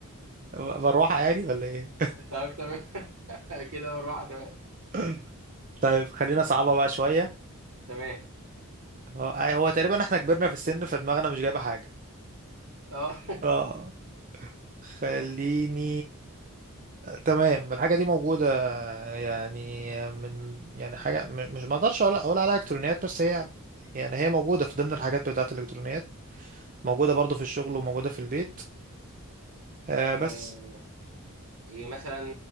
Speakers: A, on the right; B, on the right.
A: <laughs> مروحة يعني ولا ايه
B: <laughs> طب تمام <laughs> كده مروحه تمام
A: <laughs> طيب خلينا صعبة بقى شوية
B: تمام
A: اه هو تقريبا احنا كبرنا في السن فدماغنا مش جايبة حاجة
B: اه
A: اه خليني تمام الحاجة دي موجودة يعني من يعني حاجة م- مش ما اقدرش اقول اقول عليها الكترونيات بس هي يعني هي موجودة في ضمن الحاجات بتاعة الالكترونيات موجودة برضو في الشغل وموجودة في البيت آه
B: <laughs> آه،
A: بس
B: ايه مثلا